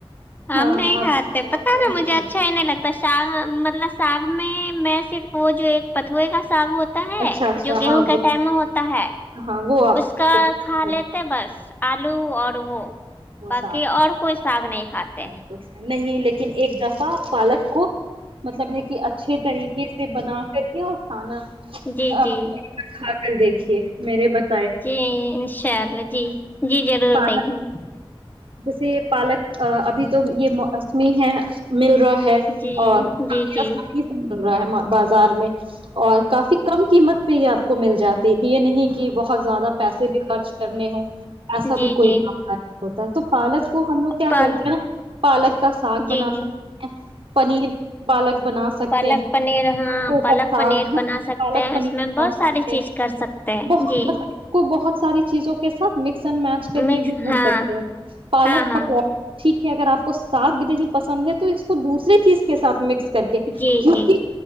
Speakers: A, on the left (about 20°); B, on the right (about 65°).
A: ہم
B: ہاں
A: نہیں کھاتے
B: آپ
A: پ
B: آپ
A: سارا
B: نہیں
A: مجھے
B: کھاتے
A: اچھا ہی نہیں لگتا ساگ مطلب ساگ میں میں صرف وہ جو ایک پت تھئی گ صااب ہوتا ہے
B: اچھا اچھا
A: جو گیہوں
B: ہاں
A: کا
B: وہ
A: ٹائم ہوتا ہے
B: ہاں وہ آپ
A: اس کا
B: کو پسند
A: کھا
B: ہے
A: لیتے بس آلو آڑو
B: وہ
A: باقی
B: ساگ
A: اور کوئی ساگ نہیں کھاتے
B: اور کچھ نہیں لیکن ایک دفہ پالک کو مطلب ہے کہ ا اچھے طریقے سے بنا کر کے اور کھانا
A: جی
B: آ
A: جی
B: کھا کر دیکھ رھیے میرے بچے
A: جی انشاء اللہ جی جی ضرور
B: پالک
A: دیکھیں گے
B: جیسے پالک ابھی تو یہ موسمی ہے مل رہا ہے
A: جی
B: اور
A: جی
B: کافی
A: جی
B: آسانی سے مل رہا ہے مار بازار میں اور کافی کم قیمت پہ یہ آپ کو مل جاتی ہے یہ نہیں کہ بہت بہت زیادہ پیسے بھی خرچ کرنے ہ ایسا
A: جی
B: بھی کوئی
A: جی
B: مام ہوتا تو پالک کو ہم لوگ کیا
A: پل
B: کرتے ہیں نا پالک کا ساگ
A: جی
B: بنا
A: جی
B: سکتے ہیں پنیر پالک بنا سکتے
A: پالک
B: ہیں
A: پنیر ہاں پالک
B: ساگ
A: پنیر بنا سکتے
B: پالک
A: ہیں
B: پنیر
A: اس میں
B: بنا
A: بہت
B: سکتے
A: ساری
B: ہیں
A: چیز کر سکتے ہیں
B: بہت
A: جی
B: کو بہت ساری چیزوں کے ساتھ مکس اینڈ میچ کر
A: مکس
B: کے بھی کر
A: ہاں
B: سکتے ہیں پالک
A: ہاں ہاں
B: پکوانا ٹھیک ہے اگر آپ کو ساگ نہیں پسند ہے تو اس کو دوسرری چیز کا کے ساتھ مکس کر کے
A: جی
B: کیونک
A: جی